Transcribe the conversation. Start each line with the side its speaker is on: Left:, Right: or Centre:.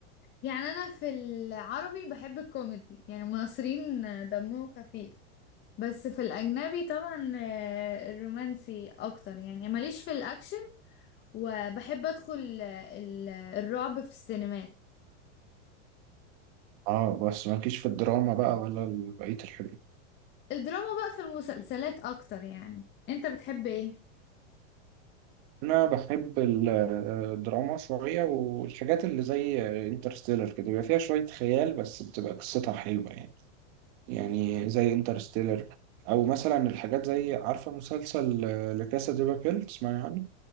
Left: يعني انا في العربي بحب الكوميدي يعني المصريين دمهم خفيف بس في الأجنبي طبعا آه، الرومانسي أكتر يعني ماليش في الأكشن وبحب أدخل آه، ال- الرعب في السينمات
Right: اه بس مالكيش في الدراما بقى ولا بقية الحاجات
Left: الدراما بقى في المسلسلات أكتر يعني أنت بتحب إيه؟
Right: انا بحب ال- الدراما شويه والحاجات اللي زي انترستيلر كده بيبقى فيها شويه خيال بس بتبقى قصتها حلوه يعني يعني زي انترستيلر او مثلا الحاجات زي عارفه مسلسل لكاسا دي بابيل تسمعي عنه